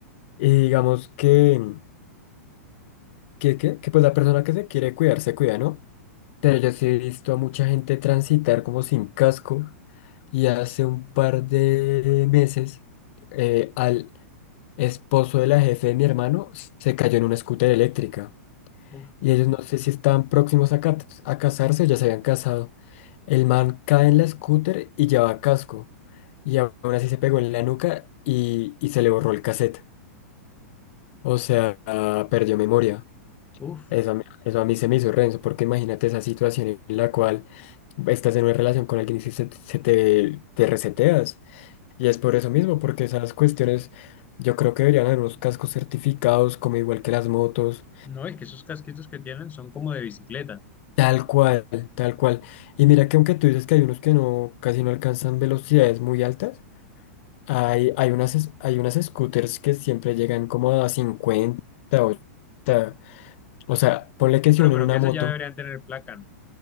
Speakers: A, on the left (about 55°); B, on the left (about 20°).
A: y digamos que... que, que, que pues la persona que se quiere cuidar se cuida, ¿no? Pero yo sí he visto a mucha gente transitar como sin casco y hace un par de meses eh, al esposo de la jefe de mi hermano se cayó en una scooter eléctrica
B: Uf,
A: y ellos no sé si estaban próximos a, ca- a casarse o ya se habían casado. El man cae en la scooter y lleva casco y aún así se pegó en la nuca y, y se le borró el cassette. O sea, perdió memoria.
B: uf,
A: Eso a mí, eso a mí se me hizo renzo, porque imagínate esa situación en la cual estás en una relación con alguien y si se, se te, te reseteas. Y es por eso mismo, porque esas cuestiones, yo creo que deberían haber unos cascos certificados, como igual que las motos,
B: no, es que esos casquitos que tienen son como de bicicleta.
A: tal cual, tal cual. Y mira que aunque tú dices que hay unos que no, casi no alcanzan velocidades muy altas, hay, hay unas, es- hay unas scooters que siempre llegan como a cincuenta 80. O sea, ponle
B: Sí,
A: que
B: pero
A: si uno
B: creo
A: en una
B: que esas
A: moto,
B: ya deberían tener placa, ¿no?